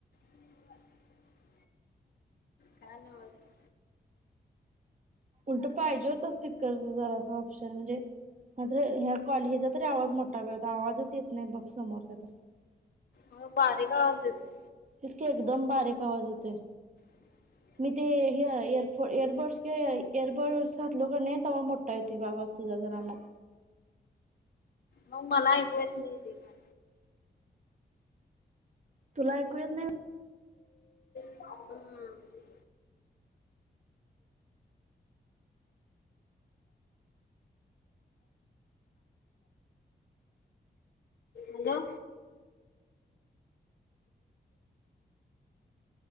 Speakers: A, on the left; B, on the right.
A: <inaudible> काय नवस.
B: उलट पाहिजे होत स्पीकरच जरास ऑप्शन म्हणजे हा ज ह्या कॉल ह्याचा तरी आवाज मोठा ग तर आवाजच येत नाही बघ समोरच्याचा.
A: हो बारीक आवाज येतोय.
B: जसकी एकदम बारीक आवाज येतोय.
A: <inaudible>
B: मी ते हे एरफ एअरबड्स के ऐ एअरबड्स घातलो का नाही तव्हां मोठा येतोय ग आवाज. तुला ग रामा.
A: अहो मला एकू येत नाही ते काय.
B: तुला ऐकू येत नाही.
A: हम्म. हॅलो.